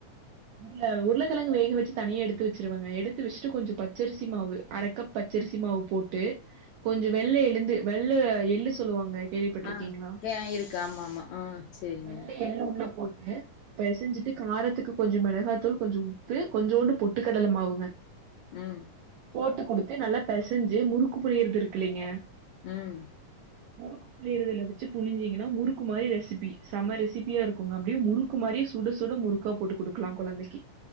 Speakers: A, on the right; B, on the left.
A: உருள உருளக்கெழங்கு வேக வச்சு தனியே எடுத்து வச்சுருவங்க எடுத்து வச்சுட்டு கொஞ்ச பச்சரிசி மாவு அர கப் பச்சரிசி மாவு போட்டு கொஞ்சொ வெள்ள எளுந்து வெள்ள எள்ளு சொல்லுவாங்க கேள்விப்பட்டிருக்கீங்களா
B: ஆ கே இருக்கு ஆமா ஆமா ஆ சரிங்க
A: வெள்ள எள்ளு உள்ள போட்டு பெசஞ்சிட்டு காரத்துக்கு கொஞ்சொ மெளகாத்தூள் கொஞ்சொ உப்பு கொஞ்சோண்டு பொட்டுக் கடல மாவுங்க
B: ம்
A: போட்டு குடுத்து நல்லா பெசஞ்சு முறுக்கு புழியறது இருக்குல்லிங்க
B: ம்
A: முறுக்கு புழியதுல வச்சு புழிஞ்சிங்கனா முறுக்கு மாதிரி ரெசிப்பி செம ரெசிப்பியா இருக்குங்க அப்டியே முறுக் கு மாரி சுட சுட முறுக்கா போட்டு குடுக்கலா கொழந்தைக்கி